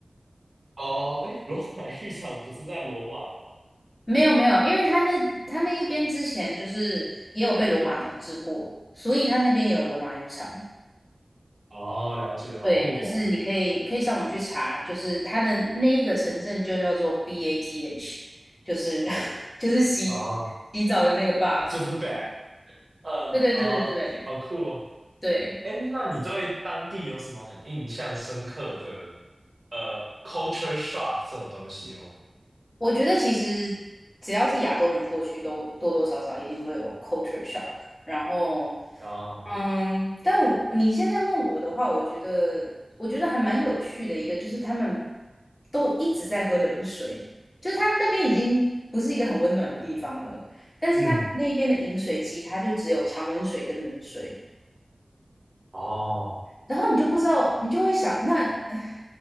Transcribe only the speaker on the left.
没有没有，因为它那它那一边之前就是也有被罗马统治过，所以它那边也有罗马浴场。
对，就是你可以可以上网去查，就是它的那一个城镇就叫做 BATH，就是 <laughs> 就是洗
洗澡的那个 bath。
对对对对对
对，
我觉得其实只要是亚洲人过去都多多少少一定会有 culture shock，然后
嗯，但我你现在问我的话，我觉得我觉得还蛮有趣的一个，就是他们都一直在喝冷水，就是他那边已经不是一个很温暖的地方了，但是他们那一边的饮水机，
它就只有常温水跟冷水，
然后你就不知道，你就会想，那 <sighs> 唉